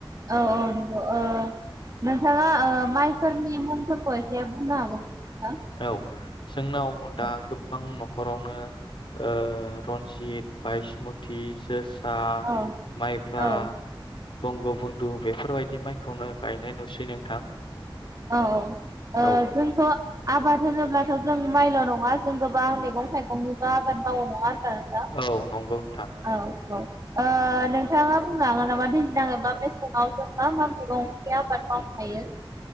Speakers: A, on the right; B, on the left.
A: औ औ नंगौ ओ नोंथाङा ओ माइफोर <unintelligible> बुंनो हागोन ना
B: औ जोंनाव दा
A: नोंथां?
B: गोबां न'खर हरावनो रन्जित बायसमति जोस जोसा
A: औ
B: माइब्रा
A: औ
B: बंग बन्न्दु बेफोरबायदि माइखौनो गायनाय नुसै नोंथां।
A: औ औ ओ
B: औ
A: जोंथ आबाद होनोब्लाथ जों माइल नङा जों गो बां मैगं थाइगंनिबो आबाद मावो नङा होनबा नोंथा
B: औ नंगौ नोंथां
A: औ औ ओ नोंथाङा बुंनो हागोन मालाबा दैज्लां एबा मेसेङाव जों मा मा मैगंनि आबाद मावनो हायो।